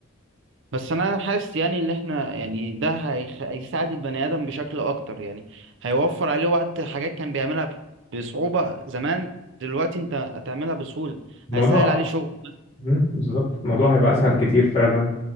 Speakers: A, on the right (about 65°); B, on the left (about 30°).
A: بس انا حاسس يعني ان احنا يعني ده هيخ... هيساعد البني ادم بشكل اكتر يعني هيوفر عليه وقت حاجات كان بيعملها بصعوبه زمان دلوقتي انت هتعملها بسهوله
B: الموضوع
A: هيسهل
B: اه
A: عليه شغل
B: مم، بالظبط الموضوع هيبقى اسهل كتير فعلا